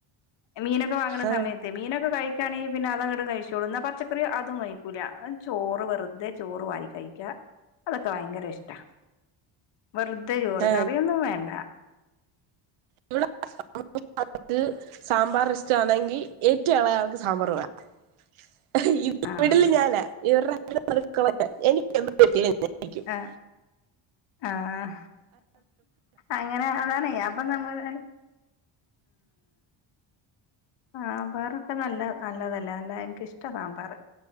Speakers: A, on the left (about 60°); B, on the right (about 80°).
A: മീനൊക്കെ വാങ്ങണ
B: ഏ,
A: സമയത്ത് മീനൊക്കെ കഴികാണെങ്കിൽ പിന്നെ അത അങ്ങട്ട് കഴിച്ചോളൂ ന്നാ പച്ചക്കറി അതുമതി ക്കുല ചോറ് വെറുതെ ചോറ് വാരി കഴിക്കാ അതൊക്കെ ഭയങ്കര ഇഷ്ടാ വെറുതെ ചോറ്
B: ഏ,
A: കറിയൊന്നും വേണ്ട
B: <unintelligible> അത് സാമ്പാർ ഇഷ്ടാ അണെങ്കിൽ ഏറ്റോം എളെ ആൾക്ക് സാമ്പാർ വേ <unintelligible>
A: ആഹ് ആഹ് ആഹ് അങ്ങനെ അതാണ് അപ്പൊ നമ്മള് സാമ്പാറൊക്കെ നല്ല നല്ലതല്ല നല്ല എനക്കിഷ്ട സാമ്പാറ്